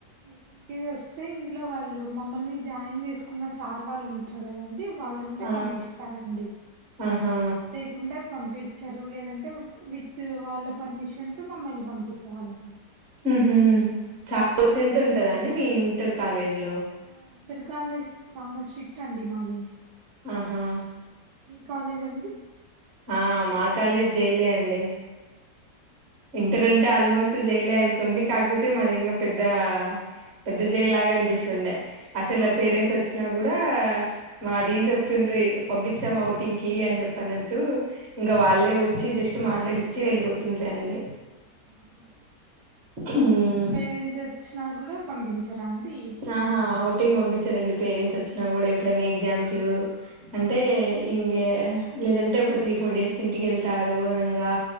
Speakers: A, on the right; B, on the right.
A: ఇప్పింకిదోస్తే ఇంట్లో వాళ్ళు మమ్మల్ని జాయిన్ చేసుకున్న సార్ వాళ్ళున్ టర్ గదండి వాళ్ళు ఉంటే
B: ఆ
A: పంపిస్తారండి
B: ఆహా
A: లేకుండె పంపిచ్చరు లేదంటె విత్ వాళ్ళ పర్మిషన్తో మమ్మల్ని పంపిచ్చెవాళ్ళండి
B: ఊహూ చాల స్టెంత్ ఉంటద అండి మీ ఇంటర్ కాలేజిలో
A: ఆ ఇంటర్ కాలేజ్ చానా స్ట్రిక్ట్ అండి మాది
B: ఆహా
A: మీ కాలేజ్ అండి
B: ఆ మా కాలేజ్ జైలే అండి ఇంటరంటె ఆల్మోస్ట్ జైలే అనుకోండి కాకపోతే మాది ఇంగ పెద్దా పెద్ద జైల్లాగా అనిపిస్తుండె అసలు
A: ఆహా
B: పేరెంట్సొచ్చినా గూడా మా డీన్ చె తుండ్రి పంపిచ్చం అవుటింగ్కి అన్జెప్పనట్టు ఇంగ
A: ఆ,
B: వాళ్ళే వచ్చి జస్ట్ తొ మాట్లాడిచ్చి వెళ్ళబోతుండ్రందె
A: ఆహా
B: మ్మ్
A: మీకు పేరెంట్స్ వచ్చినా కూడా పంపించరా అండి
B: అహా ఔటింగుంది చ్చారండి పేరెంట్సొచ్చినా గుడా ఎప్పుడైనా ఎగ్జామ్స్ అంటే
A: ఆ,
B: ఇంగే లేదంటే ఒక త్రీ ఫోర్ డేస్కింటికెళ్తారు అనంగా